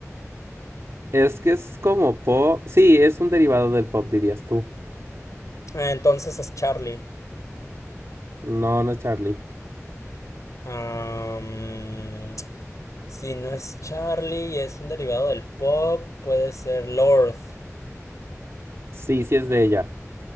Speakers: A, on the right (about 65°); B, on the left (about 80°).
A: Es que es como pop. Sí, es un derivado del pop, dirías tú.
B: Ah, Entonces es Charlie.
A: No, no es Charlie.
B: Am, si no es Charlie y es un derivado del pop, puede ser Lord.
A: Sí, sí es de ella.